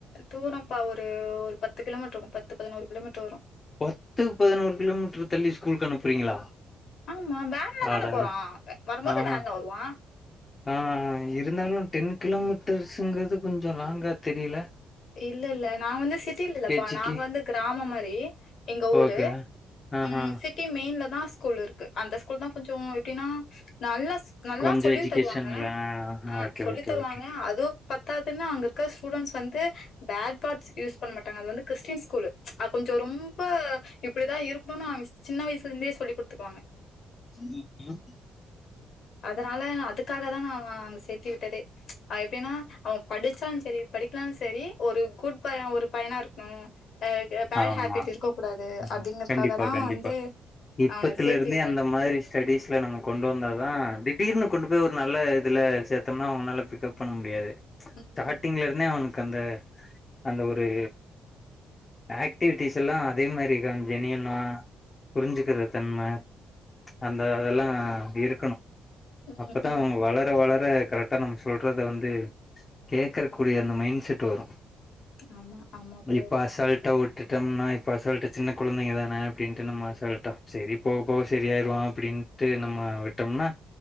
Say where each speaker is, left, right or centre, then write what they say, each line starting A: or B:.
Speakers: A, on the left; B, on the left.
A: தூரம்ப்பா ஒரு ஒரு பத்து கிலோமீட்டர் இருக்கு பத்து பதினோரு கிலோமீட்டர் வரு
B: பத்து பதினோரு கிலோமீட்டர் தள்ளி ஸ்கூலுக்கு அனுப்புறீங்களா
A: ஆமா வேன்ல
B: அடட
A: தானே போறா வரும்போது
B: ஆஹா
A: வேன்ல வருவா
B: ஆ இருந்தாலு டென் கிலோமீட்டர்ஸுங்றது கொஞ்ச லாங்கா தெரியல
A: இல்ல இல்ல நாங்க வந்து சிட்டில இல்லப்பா
B: ஜி
A: நாங்க
B: க்கு
A: வந்து கிராம மாரி எங்க ஊரு
B: ஓகே ஆஹா
A: ம் சிட் ட்டி மெயின்லதா ஸ்கூல் இருக்கு அந்த ஸ்கூல்தா கொஞ்சோ எப்டினா நல்லாஸ் நல்லா
B: கொஞ்சோ
A: சொல்லியு
B: எஜுகேஷன்ல
A: தருவாங்க
B: ஆ
A: ஆ
B: ஓகே
A: சொல்லி
B: ஓகே
A: தருவாங்க
B: ஓகே
A: அது பத்தாதுன்னு அங்க இருக்க ஸ்டூடென்ட்ஸ் வந்து பேட் பாட்ஸ் யூஸ் பண்ண மாட் டாங்க அது வந்து கிறிஸ்டின் ஸ்கூல்லு அ கொஞ்சோ ரொம்ப இப்டிதா இருக்கணு சின்ன வயசுல இருந்தே சொல்லி குடுத்துருவாங்க
B: ம் ம்
A: அதனால அதுக்காகதா நா அவ அங்க சேத்தி விட்டதே ஆ எப்டின்னா அவன் படிச்சாலு செரி படிக்கலா செரி ஒரு குட் பாய் ஒரு பையனா இருக்கணு அ பேட்
B: ஆமா
A: ஹேபிட் இருக்க கூடாது
B: ம்
A: அப்டிங்கறக்காக
B: கண்டிப்பா
A: தா
B: கண்டிப்பா
A: வந்து
B: இப்பத்துல
A: அவன சேத்து
B: இருந்தே
A: விட்டது
B: அந்த மாரி ஸ்டடிஸ்ல நம்ம கொண்டு வந்தாதா திடீர்னு கொண்டு போய் ஒரு நல்ல இதுல சேத்தம்னா அவுங்கனால பிக்கப் பண்ண முடியாது
A: ம்
B: ஸ்டார்டிங்ல இருந்தே அவனுக்கு அந்த அந்த ஒரு ஆக்டிவிட்டிஸ்லா அதே மாரி இருக்கா ஜெனியூனா புரிஞ்சிக்குற தன்ம அந்த அதல்லா இருக்கணு
A: ம்
B: அப்பதா
A: ம்
B: அவுங்க வளர் ளர வளர கரெட்டா நம்ம சொல்றத வந்து கேக்கறகூடிய அந்த மைண்ட் செட் வரு
A: ஆமா ஆமா ப்ரோ
B: இப்ப அசால் ட்டா விட்டுடம்னா இப்ப அசால்ட்டா சின்ன குழந்தைங்கதான அப்டின்ட்டு நம்ம அசால்ட்டா செரி போக போக செரியாயிருவா அப்டின்னு ட்டு நம்ம விட்டோம்னா